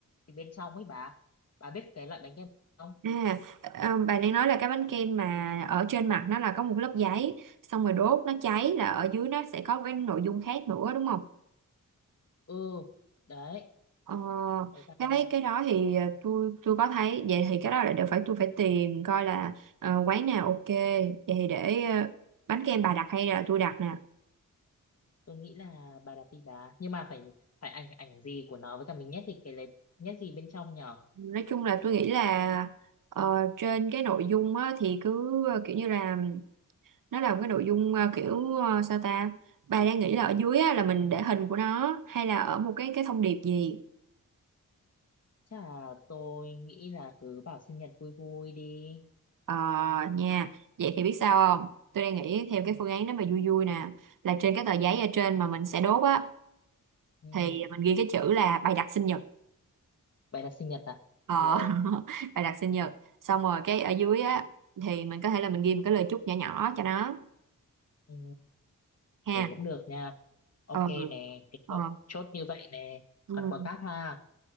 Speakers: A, on the left (about 45°); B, on the right (about 70°).
A: thì bên trong ấy bà bà biết cái loại bánh kem không
B: À, ờ, bà đang nói là cái bánh kem mà ở trên mặt nó là có một lớp giấy xong rồi đốt nó cháy là ở dưới nó sẽ có cái nội dung khác nữa đúng không?
A: ừ đấy
B: Ờ,
A: đấy bà
B: cái
A: ơi.
B: cái đó thì ờ, tôi tôi có thấy vậy thì cái đó là đều phải tôi phải tìm coi là ờ, quán nào ok vậy thì để ờ, bánh kem bà đặt hay là tôi đặt nè
A: tôi nghĩ là bà đặt đi bà nhưng mà phải phải ảnh ảnh gì của nó với cả mình nhét thì cái lấy nhét gì bên trong nhở
B: nói chung là tôi nghĩ là ờ, trên cái nội dung á, thì cứ ờ, kiểu như là nó là một cái nội dung ờ, kiểu ờ, sao ta bà đang nghĩ là ở dưới á, là mình để hình của nó hay là ở một cái cái thông điệp gì
A: chắc là tôi nghĩ là cứ bảo sinh nhật vui vui đi
B: ờ nha vậy thì biết sao không tôi đang nghĩ theo cái
A: ừ.
B: phương án đó mà vui vui nè là trên cái tờ giấy ở trên mà mình sẽ đốt á
A: ừ.
B: thì mình ghi cái chữ là bày đặt sinh nhật
A: bà đặt sinh nhật à
B: ờ,
A: rồi
B: <laughs> bày đặt sinh nhật xong rồi cái ở dưới á thì mình có thể là mình ghi một cái lời chúc nhỏ nhỏ cho nó
A: Ừ,
B: ha
A: thì cũng được nha. Ok
B: ừ
A: nè, thì
B: ờ
A: chốt, chốt như vậy nè.
B: ừ.
A: Còn quả cáp ha,